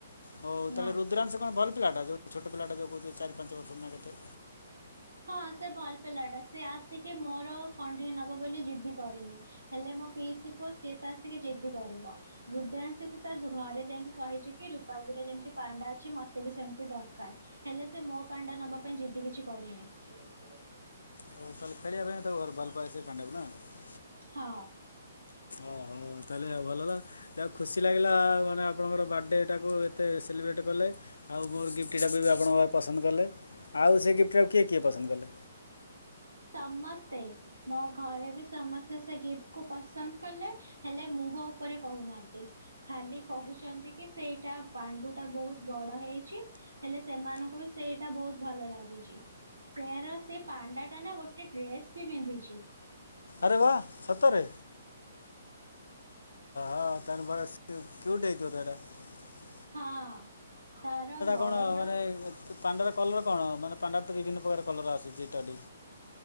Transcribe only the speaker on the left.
ହଉ ତାହେଲେ
ରୁଦ୍ରାଂଶ କଣ ଭଲ ପିଲାଟା। ଛୋଟ ପିଲାଟା ଯେଉଁ କହୁଛୁ ଚାରି ପାଞ୍ଚ ବର୍ଷରୁ ନା କେତେ?
ହଉ ତାହେ ଖେଳିବା ପାଇଁ ତକୁ ଘ ଭଲ ପାଇଏ <unintelligible> ସେ ପାଣ୍ଡାକୁ ନା <unintelligible>
ଓ ହଉ ତାହେଲେ ଆଉ ଭଲ ହେ ଆଉ ଖୁସି ଲାଗିଲା ମାନେ ଆପଣଙ୍କର ବାର୍ଥଡେଟାକୁ ଏତେ ସେଲିବ୍ରେଟ୍ କଲେ ଆଉ ମୋର ଗିଫ୍ଟଟାକୁ ବି ଆପଣଙ୍କରେ ପସନ୍ଦ କଲେ ଆଉ ସେ ଗିଫ୍ଟଟା ଆଉ କିଏ କିଏ ପସନ୍ଦ କଲେ?
ଆରେ ବା ସତରେ ହଁ ତାନ ବରା କେଉଠ ହେଇତ ତାଟା <unintelligible>
କ'ଣ
ମାନେ ପାଣ୍ଡାର କଲର କଣ ମାନେ ପାଣ୍ଡାରେ ତ ବିଭିନ୍ନ ପ୍ରକାର କଲର ଆସୁଛି ଏଟାଟି